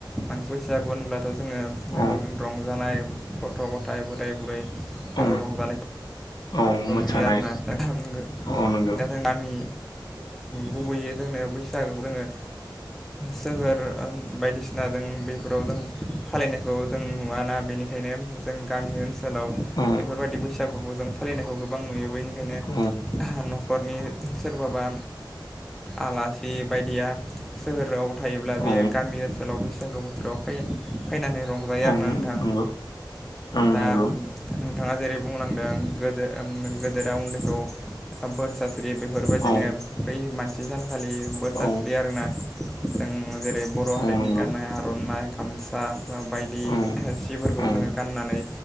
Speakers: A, in the centre; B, on the left.
A: मानसि बैसागु होनोब्लाथ' जोङो
B: औ
A: रंजानाय गथ' गथाइ बोराय बुरै
B: औ
A: जोङो रंजानायखौ
B: औ मोसानाय
A: नुयो आरोना दा थांगो
B: औ नंगौ
A: दा थांना मि गुबैयै जोंनो बैसागो ओ जोङो सहोर बायदिसिना जों बेफोराव जों फालिनायखौ जों नुवा ना बेनिखा यनो जों गामि ओनसोलाव
B: औ
A: बेफोरबायदि बैसागुखौ जों फालिनायखौ गोबां नुयो बेनि खायनो
B: औ
A: न'खरनि सोरबाबा आलासि बायदिया सोहोराव थायोब्ला बेयो
B: औ
A: गामि ओनसोलाव बैसा गो बोथोराव फै फैनानै रंजायो आरोना
B: औ
A: नोंथां।
B: नंगौ औ
A: दा
B: नंगौ
A: नोंथाङा जेरै बुंलांदों गोदो ओम गोदोरा उन्दैखौ बोर सास्रि यो बेफोरबायदिनो
B: औ
A: बै मानसि सानखालि बोर सास्रि
B: औ
A: आरोना जों आं जेरै बर'
B: औ
A: हारिनि
B: नंगौ
A: गाननाय आर'नाइ गामसा बायदि
B: औ
A: सिफोरखौ
B: औ
A: जोङो गाननानै